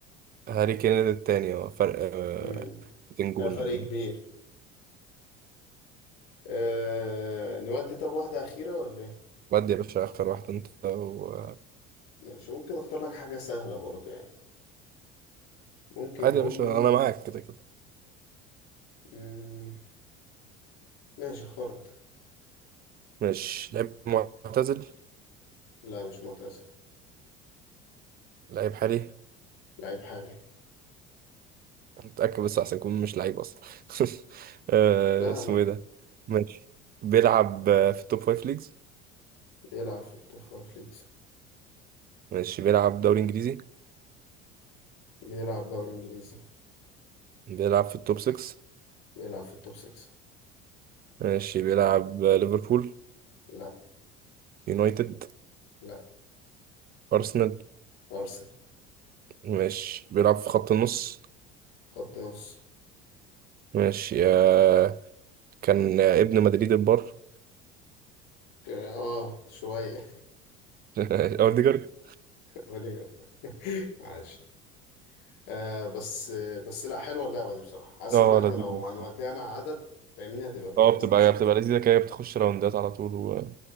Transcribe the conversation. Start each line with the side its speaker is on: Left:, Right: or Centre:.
Right: هاري كين التاني اه فرق آه،
Left: مم.
Right: 200 جون
Left: آه، فرق كبير أه نودي طب واحدة أخيرة ولا إيه؟
Right: ودي يا باشا اخر واحد انت و...
Left: ماشي ممكن أختار لك حاجة سهلة برضو يعني ممكن
Right: عادي
Left: نقول
Right: يا باشا
Left: مين؟
Right: انا معاك كده كده
Left: مم، ماشي اخترت
Right: ماشي لعيب معتزل
Left: لا مش معتزل
Right: لعيب حالي
Left: لعيب حالي
Right: متأكد بس عشان يكون مش لعيب أصلا <laughs> آه،
Left: لا
Right: اسمه
Left: لا
Right: إيه ده؟ ماشي بيلعب آه، في التوب فايف ليجز
Left: بيلعب في التوب فايف ليجز
Right: ماشي بيلعب دوري إنجليزي
Left: بيلعب دوري إنجليزي
Right: بيلعب في التوب 6
Left: بيلعب في التوب 6
Right: ماشي بيلعب آه، ليفربول
Left: لا
Right: يونايتد
Left: لا
Right: أرسنال
Left: أرسنال
Right: ماشي بيلعب في خط النص
Left: خط نص
Right: ماشي آه، كان آه، ابن مدريد البار
Left: ك- آه شوية
Right: <laughs> أوديجارد
Left: <laughs> أوديجارد <laughs> عاش آه بس بس لا حلوة اللعبة دي بصراحة حاسس
Right: اه
Left: إن إحنا
Right: لذيذ
Left: لو هنوديها مع عدد فاهمني هتبقى في
Right: اه
Left: اللذيذ
Right: بتبقى
Left: يعني
Right: بتبقى لذيذة كده بتخش راوندات على طول وبتبقى